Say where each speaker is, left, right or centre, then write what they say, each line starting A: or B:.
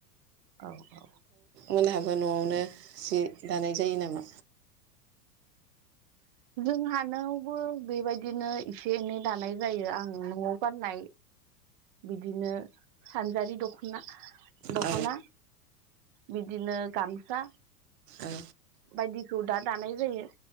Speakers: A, on the right; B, on the right.
A: औ औ ।
B: मोनहाबो न'आवनो जि दानाय जायो नामा?
A: जोंहानायावबो बेबायदिनो एसे एनै दानाय जायो आं न'आव गाननाय बिदिनो सानजारि दख'ना दख'ना
B: औ
A: बिदिनो गामसा
B: औ
A: बायदिखौ दा दानाय जायो